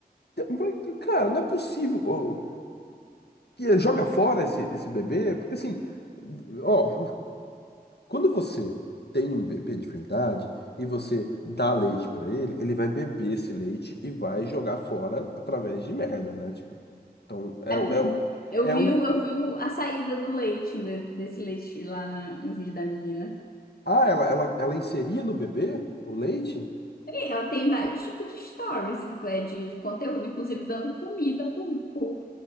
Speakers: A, on the left; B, on the left.
A: Mas, Cara, não é possível. ó, que joga fora esse, esse bebê, porque assim, ó, quando você tem um bebê de verdade e você dá leite pra ele, ele vai beber esse leite e vai jogar fora através de merda, né? Tipo, então é,
B: A-
A: o-
B: <laughs>
A: é, o-
B: Eu
A: é
B: vi,
A: um.
B: o- eu vi o- a saída do leite, né, desse leite lá na- no vídeo da menina.
A: Ah, ela, ela, ela inseria no bebê o leite?
B: E ela tem vários tipos de stories, inclu- é, de conteúdo, inclusive dando comida pro, pro,